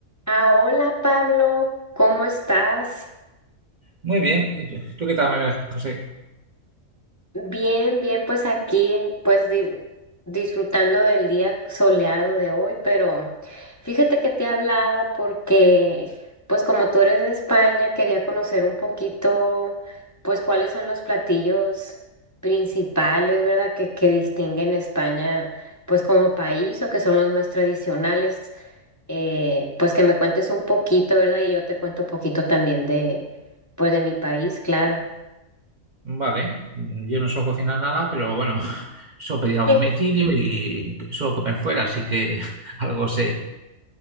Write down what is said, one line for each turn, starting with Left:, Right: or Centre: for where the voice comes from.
Left: Ah, hola Pablo, ¿cómo estás?
Right: Muy bien. ¿Y tú, tú qué tal, María José?
Left: Bien, bien, pues aquí, pues di- disfrutando del día soleado de hoy, pero fíjate que te hablaba porque, pues como tú eres de España, quería conocer un poquito, pues cuáles son los platillos principales, ¿verdad? Que, que distinguen España, pues como país o que son los más tradicionales. eh, pues que me cuentes un poquito, ¿verdad? Y yo te cuento un poquito también de, pues de mi país, claro.
Right: Vale, yo no suelo cocinar nada, pero bueno, <laughs> suelo pedir a domicilio
Left: Sí.
Right: y suelo comer fuera, así que <laughs> algo sé.